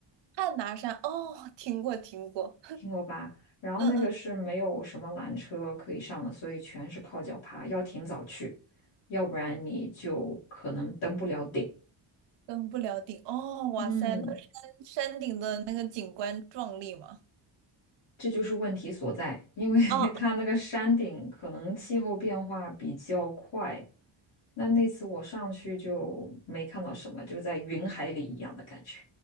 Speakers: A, on the right; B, on the left.
A: 汉拿山哦，听过听过，
B: 听过吧？然后那个是没有什么缆车可以上的，
A: 嗯嗯，
B: 所以全是靠脚爬，要挺早去，要不然你就可能登不了顶。
A: 登不了顶哦，哇塞，
B: 嗯，
A: 那山山顶的那个景观壮丽吗？
B: 这就是问题所在，因为 <laughs>
A: 哦，
B: 它那个山顶可能气候变化比较快。那那次我上去就没看到什么，就在云海里一样的感觉，